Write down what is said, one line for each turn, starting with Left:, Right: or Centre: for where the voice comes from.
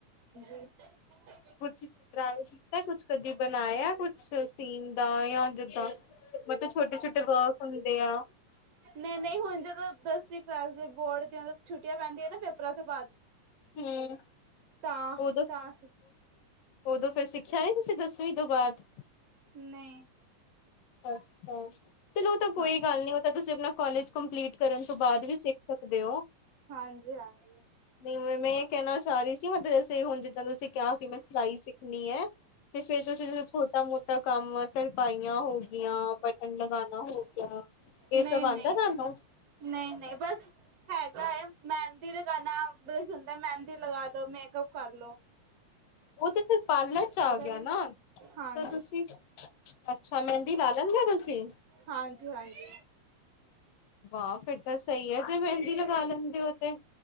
Right: ਹ
Left: ਕੁਛ ਟਰਾਈ ਕੀਤਾ ਕੁਛ ਕਦੀ ਬਣਾਇਆ ਕੁਛ ਸੀਨ ਦਾ ਯਾ ਜਿੱਦਾ ਮਤਲਬ ਛੋਟੇ-ਛੋਟੇ ਵਰਕ ਹੁੰਦੇ ਆ।
Right: ਨਹੀ-ਨਹੀ ਹੁਣ ਜਦੋ ਦਸਵੀ ਕਲਾਸ ਦੇ ਬੋਰਡ ਦੀਆ ਛੁੱਟੀਆ ਪੈਂਦੀਆ ਨਾ ਪੇਪਰਾ ਤੋ ਬਾਅਦ
Left: ਹਮ
Right: ਤਾਂ
Left: ਉਦੋ,
Right: ਤਾਂ
Left: ਉਦੋ ਫੇਰ ਸਿੱਖਿਆ ਨੀ ਤੁਸੀ ਦਸਵੀ ਤੋ ਬਾਦ।
Right: ਨਈ।
Left: ਅੱਛਾ ਚਲੋ ਉਹ ਤਾ ਕੋਈ
Right: ਹਾਂ
Left: ਗੱਲ ਨੀ ਉਹ ਤਾਂ ਤੁਸੀਂ ਆਪਣਾ ਕੋਲਜ ਕੰਪਲੀਟ ਕਰਨ ਤੋਂ ਬਾਅਦ ਵੀ ਸਿੱਖ ਸਕਦੇ ਹੋ,
Right: ਹਾਂਜੀ ਹਾਂਜੀ
Left: ਨਹੀ ਮੈਂ ਇਹ ਕਹਿਣਾ ਚਾ ਰਹੀ ਕੀ ਮਤਲ ਜੈਸੇ ਹੁਣ ਜਿੱਦਾਂ ਤੁਸੀਂ ਕਿਹਾ ਕਿ ਮੈਂ ਸਿਲਾਈ ਸਿੱਖਣੀ ਹੈ। ਤੇ ਫਿਰ ਛੋਟਾ-ਮੋਟਾ ਕੰਮ ਤਰਪਾਇਆ ਹੋਗਿਆ, ਬਟਨ ਲਗਾਣਾ ਹੋ ਗਿਆ ਇਹ
Right: ਨਈ-ਨਈ,
Left: ਸਭ ਆਉਂਦਾ ਤੁਹਾਨੂੰ
Right: ਨਈ-ਨਈ ਬਸ ਹੈਗਾ ਏ ਮਹਿੰਦੀ ਲਗਾਣਾ ਬਸ ਹੁਣਦਾ ਮਹਿੰਦੀ ਲਗਾਦੋ, ਮੇਕਅਪ ਕਰ ਲੋ
Left: ਉਹ ਤੇ ਫਿਰ ਪਾਰਲਰ ਚ ਆ
Right: ਉਹਦਾ
Left: ਗਿਆ
Right: ਵੀ
Left: ਨਾ,
Right: ਹਾਂਜੀ
Left: ਤੇ ਤੁਸੀਂ ਅੱਛਾ, ਮਹਿੰਦੀ ਲਾ ਲੈਣੇ ਓ ਤੁਸੀਂ?
Right: ਹਾਂਜੀ-ਹਾਂਜੀ।
Left: ਵਾਹ! ਫੇਰ ਤਾਂ ਸਈ ਐ, ਜੇ ਮਹਿੰਦੀ ਲਗਾ ਲੈਂਦੇ ਓ ਤੇ।